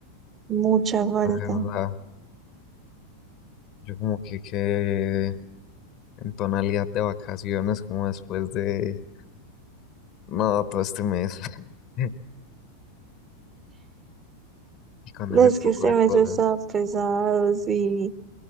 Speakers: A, on the right; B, on the left.
A: Mucha falta.
B: La verdad, yo como que quedé en tonalidad de vacaciones, como después de no, todo este mes. <laughs> Y con
A: Es
B: ese poco
A: que este
B: de
A: mes
B: cosas,
A: está pesado, sí.